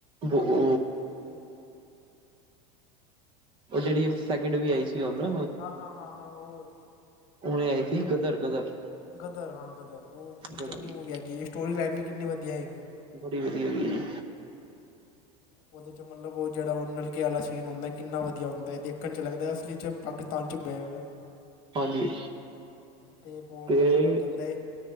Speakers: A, on the right; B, on the left.
A: ਬੋ ਓ
B: ਉਹ
A: ਓ ਜੇੜੀ ਸੈਕਿੰਡ ਵੀ
B: ਓ,
A: ਆਈ
B: ਹਾਂ,
A: ਸੀ ਹੁਣ
B: ਹਾਂ, ਹਾਂ, ਹਾਂ ਓ
A: ਹੁਣੇ ਆਈ ਸੀ ਗਦਰ ਗਦਰ
B: ਗਦਰ ਹਾਂ ਗਦਰ, ਓ ਕਿੰਨੀ
A: ਗਦਰ
B: ਚੰਗੀ ਮੂਵੀ ਹੈਗੀ ਏ। ਸਟੋਰੀ ਲਾਈਨ, ਵੀ ਕਿੰਨੀ ਵਧੀਆ ਹੈਗੀ ਏ।
A: ਬੜੀ ਵਧੀਆ, ਹੋਗੀ ਏ ਜੀ।
B: ਓਦੇ ਚ ਮਲਬ ਓ ਜੇਹੜਾ ਓ ਨਲਕੇ ਵਾਲਾ ਸੀਨ ਹੁੰਦਾ, ਕਿੰਨਾ ਵਧੀਆ ਹੁੰਦਾ ਐ। ਦੇਖਣ 'ਚ ਲੱਗਦਾ, ਅਸਲੀ 'ਚ ਪਾਕਿਸਤਾਨ 'ਚ ਬੈ ਹੂੰ,
A: ਹਾਂਜੀ
B: ਤੇ ਏਕੋ ਹੁੰਦਾ,
A: ਤੇ
B: ਜੇੜਾ ਓ ਕੈਂਦਾ ਏ ਅ